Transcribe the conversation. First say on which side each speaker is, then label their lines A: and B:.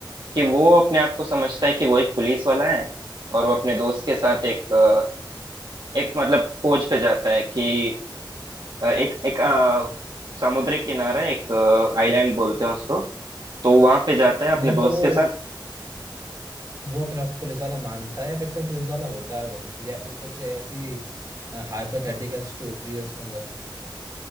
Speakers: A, on the right; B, on the right.
A: कि वो अपने आप को समझता है कि वो एक पुलिस वाला है और वो अपने दोस्त के साथ एक अ, एक मतलब खोज पे जाता है कि अ, एक एक अ, समुद्री किनारा है, एक आइलैंड बोलते हैं उसको तो वहां पे जाता है अपने
B: नहीं
A: दोस्त
B: तो वो
A: के साथ
B: वो अपने आप को पुलिस वाला मानता है पिक्चर पुलिस वाला होता है वो या फिर कुछ ऐसी हाइपोथेटिकल स्टोरी है उसके अंदर